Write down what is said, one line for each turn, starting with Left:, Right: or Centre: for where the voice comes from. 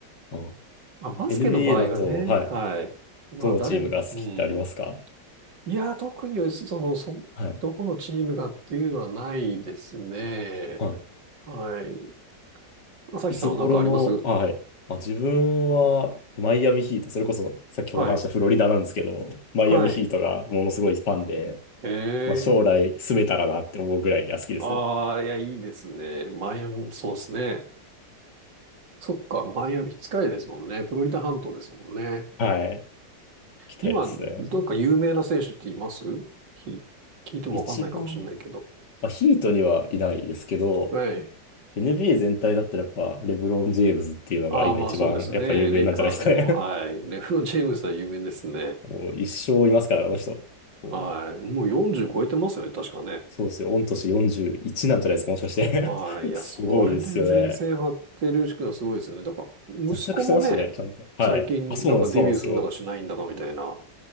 Left: あ
Right: まあ、バスケの場合はね、
Left: NBA だと、はい。
Right: はい。まあ、
Left: どのチームが好きってありますか
Right: 誰も、うん。いや、特に、その、そ、
Left: はい。
Right: どこのチームがっていうのはないですね。
Left: は
Right: はい。朝日さんは何かあります
Left: い。いつ頃の、あ、はい。あ、自分は、マイアミヒート、それこそ先ほど話したフロリダなんですけど、
Right: はい。
Left: マイアミヒートがものすごいファンで、
Right: はい。ええ
Left: まあ、将来住めたらなって思うぐらいには好きですね。
Right: ああ、いや、いいですね。マイアミ、そうですね。そっか、マイアミ、近いですもんね。フロリダ半島ですもんね。
Left: はい。行きたいですね、
Right: 今、
Left: マジで。
Right: なんか有名な選手っています聞、ひ聞いてもわかんないかもしれないけど。
Left: 一番、まあ、ヒートにはいないですけど、
Right: はい。
Left: NBA 全体だったらやっぱ、レブロン・ジェームズっていうのが今一番やっぱ有名なんじゃないですかね。
Right: ああ、まあそうですね。レイカーズの、はい。レブロン・ジェームスは有名ですね。
Left: <laughs> もう一生いますから、あの人。
Right: はい。
Left: こう
Right: もう40超えてますよね、確かね。
Left: そうですよ。御年41なんじゃないですか、もしかして。
Right: はい。
Left: <laughs>
Right: いや、
Left: すごいですよね。
Right: それで前線張ってるしくはすごいですよね。だから、
Left: 活躍してますしね、
Right: 息子もね、
Left: ちゃんと。はい。
Right: 最近なんかデビューするんだかしないんだかみたいな。
Left: あ、そうなんです、そうなんですよ。